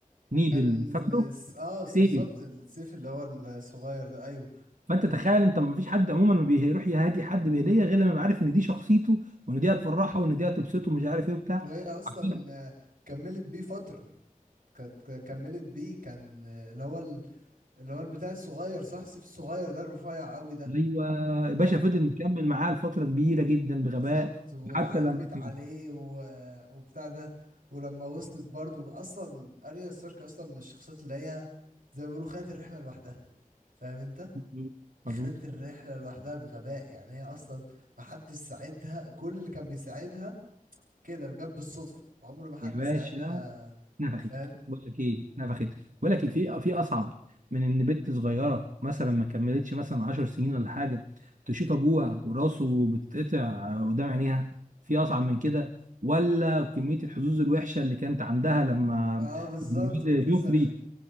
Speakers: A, on the right (about 60°); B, on the right (about 80°).
A: نيدل
B: كان
A: فاكره؟
B: اه بالظبط
A: سيف
B: السيف اللي هو الصغير ده ايوه
A: فانت تخيل انت ما فيش حد عموما ما بيروح يهادي حد بهديه غير لما يبقى عارف ان دي شخصيته وان دي هتفرحه وان دي هتبسطه مش عارف ايه وبتاع
B: وهي اصلا
A: عارفين
B: آه، كملت بيه فتره كانت كملت بيه كان آه، اللي هو ال- اللي هو البتاع الصغير صح السيف الصغير ده الرفيع قوي ده
A: ايوه يا باشا
B: كملت
A: فضل مكمل معاه لفتره كبيره جدا بغباء
B: بالظبط واتعلمت
A: حتى لما
B: عليه
A: كان
B: و... وبتاع ده ولما وصلت برضو اصلا اريا ستارك اصلا من الشخصيات اللي هي زي ما بيقولوا خدت الرحله لوحدها فاهم انت
A: مظبوط مظبوط.
B: خدت الرحله لوحدها بغباء يعني هي اصلا محدش ساعدها كل اللي كان بيساعدها كده جت بالصدفه عمر ما حد
A: يا باشا
B: ساعدها
A: نفخت
B: فاهم
A: بقول لك ايه نفخت بقول لك ايه في في اصعب من ان بنت صغيره مثلا ما كملتش مثلا 10 سنين ولا حاجه تشوف ابوها وراسه بتتقطع قدام عينيها في اصعب من كده ولا كميه الحظوظ الوحشه اللي كانت عندها لما
B: اه بالظبط
A: الواد
B: كنت
A: جوفري
B: لسه